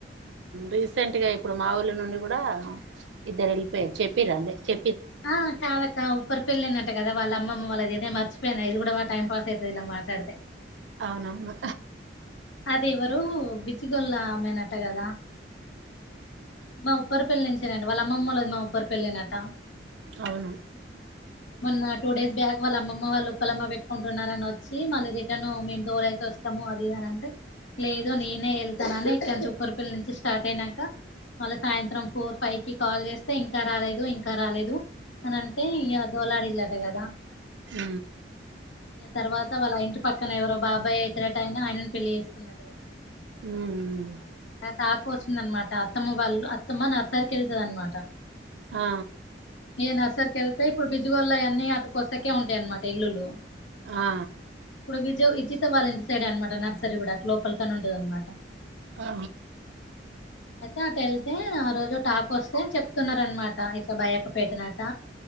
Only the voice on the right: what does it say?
రీసెంట్ గా ఇప్పుడు మా ఊళ్ళో నుండి కూడా ఇద్దరు వెళ్ళిపోయారు చెప్పి రండి చె
అవునవును
అవును
అ
ఉమ్
ఆ
ఆ
ఆ